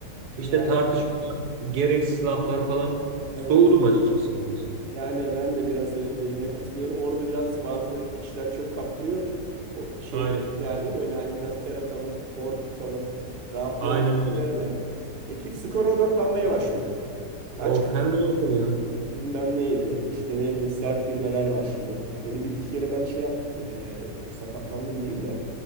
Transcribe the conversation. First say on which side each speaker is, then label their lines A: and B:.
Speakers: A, on the right (about 70°); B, on the right (about 50°).
A: İşte
B: Yani
A: tartışmalar, gereksiz laflar falan.
B: evet.
A: Soğudum açıkçası ondan sonra.
B: Yani ben de biraz evet dediğine katılıyorum. Orada biraz bazı kişiler çok kaptırıyor. O şeyden
A: Aynen.
B: ziyade böyle hani biraz ter atalım, form tutalım, rahatlayalım
A: Aynen öyle.
B: ziyade ekip skora odaklanmaya başlıyor. Kaç
A: Of hem de yakın ya.
B: Bilmem neydi. İşte ne bileyim sert girmeler başlıyor. Öyle bir iki kere ben şey yaptım. eee, sakatlandım diyeyim de.